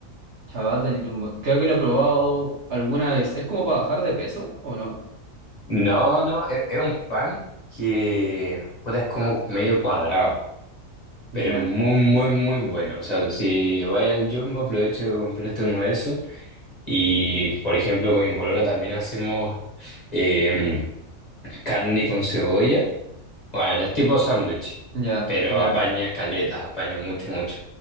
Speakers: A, on the right (about 55°); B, on the left (about 35°).
A: chabata el jumbo, creo que lo he probado alguna vez. ¿Es como para bajar de peso o no?
B: No, no, es, es un pan que puta, es como medio cuadrado. Pero
A: Ya,
B: es muy, muy, muy bueno. O sea, si vais al Jumbo, aprovecha de comprarte uno de esos. Y, por ejemplo, con mi polola también hacemos eh, carne con cebolla. Bueno, es tipo sándwich,
A: ya,
B: pero
A: ya.
B: apaña caletas, apaña mucho, mucho.